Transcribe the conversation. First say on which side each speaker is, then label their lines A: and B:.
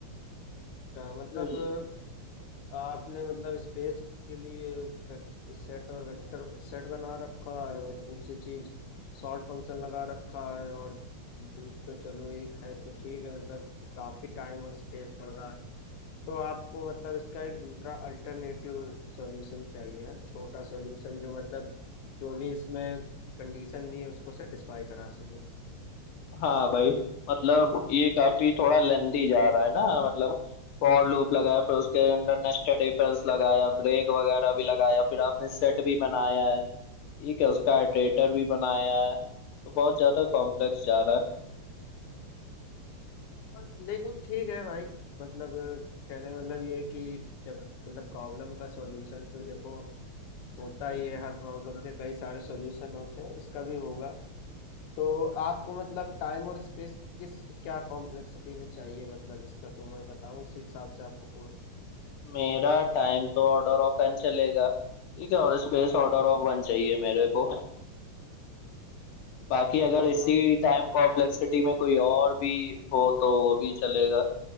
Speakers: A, on the left; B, on the left.
A: मतलब
B: तो
A: आपने मतलब स्पेस के लिए सेट और वेक्टर सेट बना रखा है और दूसरी चीज सॉर्ट फंक्शन लगा रखा है और लूप तो चलो एक है तो ठीक है मतलब काफी टाइम और स्पेस पड़ रहा है तो आपको मतलब इसका एक दूसरा अल्टरनेटिव सॉल्यूशन चाहिए है छोटा सॉल्यूशन जो मतलब जो भी इसमें कंडीशन दी है उसको सेटिस्फाई करा सके
B: हाँ भाई मतलब ये काफी थोड़ा लेंदी जा रहा है ना मतलब फॉर लूप लगाया फिर उसके अंदर नेस्टेड इफ एल्स लगाया ब्रेक वगैरह भी लगाया फिर आपने सेट भी बनाया है ठीक है उसका इटरेटर भी बनाया है तो बहुत ज्यादा कॉम्प्लेक्स जा रहा है
A: और देखो ठीक है भाई मतलब अ, कहने का मतलब ये है कि जब मतलब प्रॉब्लम का सॉल्यूशन तो देखो होता ही है हर प्रॉब्लम के कई सारे सॉल्यूशन होते हैं इसका भी होगा तो आपको मतलब टाइम और स्पेस किस क्या कॉम्प्लेक्सिटी में चाहिए मतलब इसका तो मैं बताऊं उस हिसाब से आपको पूछ-
B: मेरा टाइम तो ऑर्डर ऑफ एन चलेगा ठीक है और स्पेस ऑर्डर ऑफ वन चाहिए मेरे को बाकी अगर
A: अ,
B: इसी
A: तो
B: टाइम कॉम्प्लेक्सिटी में कोई और भी हो तो वो भी चलेगा